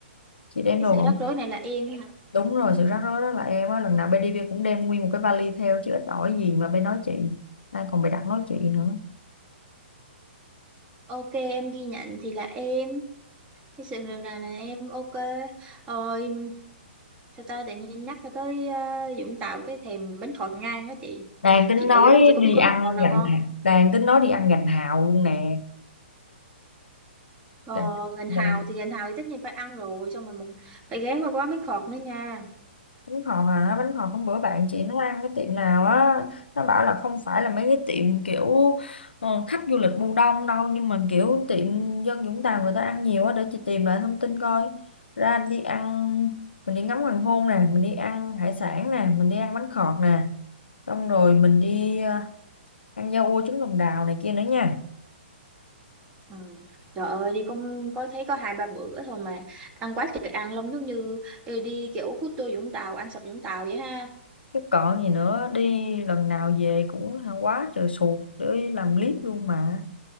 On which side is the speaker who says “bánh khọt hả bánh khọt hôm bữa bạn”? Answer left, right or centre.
Left